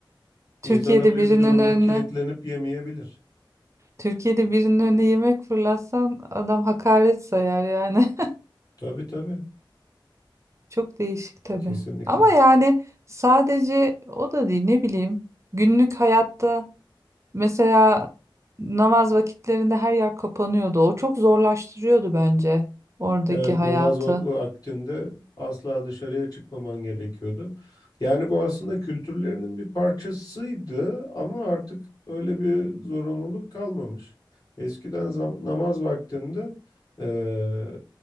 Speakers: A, on the left; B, on the right.
A: İnsan
B: Türkiye'de
A: öyle
B: birinin
A: bir durumda
B: önüne
A: kilitlenip yemeyebilir.
B: Türkiye'de birinin önüne yemek fırlatsan adam hakaret sayar yani.
A: Tabii tabii,
B: <laughs> Çok değişik tabii.
A: kesinlikle.
B: Ama yani sadece o da değil ne bileyim. Günlük hayatta mesela namaz vakitlerinde her yer kapanıyordu. O çok zorlaştırıyordu bence oradaki
A: Evet
B: hayatı.
A: namaz vakti aktinde asla dışarıya çıkmaman gerekiyordu. Yani bu aslında kültürlerinin bir parçasıydı ama artık öyle bir zorunluluk kalmamış. Eskiden zam- namaz vaktinde eee,